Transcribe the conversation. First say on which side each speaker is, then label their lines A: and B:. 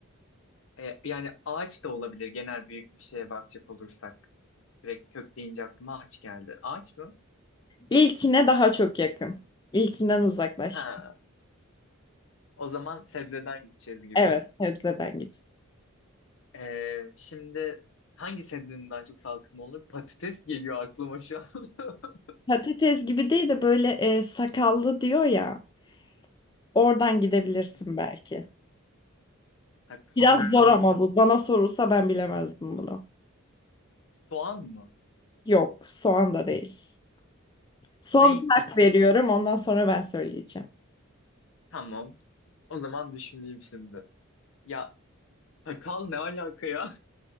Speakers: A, on the left; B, on the left.
A: e, yani ağaç da olabilir genel büyük bir şeye bakacak olursak. Direkt kök deyince aklıma ağaç geldi. Ağaç mı?
B: İlkine daha çok yakın. İlkinden uzaklaş.
A: Ha, o zaman sebzeden gideceğiz gibi.
B: Evet, sebzeden git.
A: Ee, şimdi hangi sebzenin daha çok salkımı olur? Patates geliyor aklıma şu an. <laughs>
B: Patates gibi değil de böyle e, sakallı diyor ya. Oradan gidebilirsin
A: Hmm,
B: belki.
A: sakaldan
B: Biraz zor ama
A: kastın
B: bu. Bana sorulsa ben bilemezdim bunu.
A: soğan mı?
B: Yok, soğan da değil. Son
A: Ney
B: bir hak
A: peki?
B: veriyorum. Ondan sonra ben söyleyeceğim.
A: Tamam. O zaman düşüneyim şimdi. Ya sakal ne alaka ya?